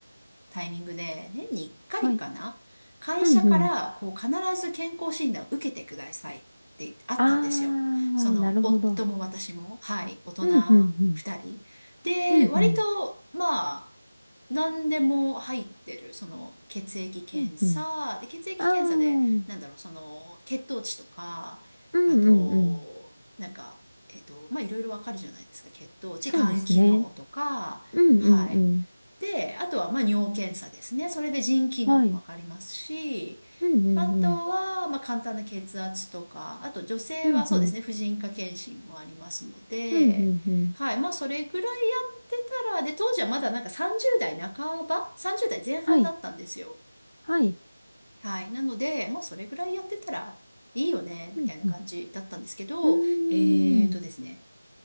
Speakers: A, on the left; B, on the left.
A: タイミングで、年に1回かいかな会社から、
B: はい。うんうん。
A: こう、必ず健康診断を受けてくださいってあったんですよ。
B: あー、
A: その、
B: なるほど。
A: 夫も私も、はい、大人
B: うんうんうん。
A: 二人。で、
B: うんうん。
A: 割と、まあ、何でも入ってる、その、血液検査、
B: うんうん。
A: で、血液検査で、
B: あー、
A: なんだろう、その、血糖値とか、
B: うんうんうん。
A: あと、なんか、えっと、まあ、いろいろわかるじゃないですか。血糖値、
B: そうですね。
A: 肝機能とか、
B: うんうんうん。
A: はい。で、あとは、まあ、尿検査ですね。それで腎機能もわかりますし、
B: はい。うんうんうん。
A: あとは、まあ、簡単な血圧とか、あと女性はそうですね、
B: うんうん。
A: 婦人科検診もありますので、
B: うんうんうん。
A: はい、まあ、それぐらいやってたら、で、当時はまだなんか30代半ば ?30 代前半だったんですよ。
B: はい。はい。
A: はい。なので、まあ、それぐらいやってたらいいよね、
B: うんうん。
A: みたいな感じだったんですけど、
B: うー
A: えーとですね、
B: ん。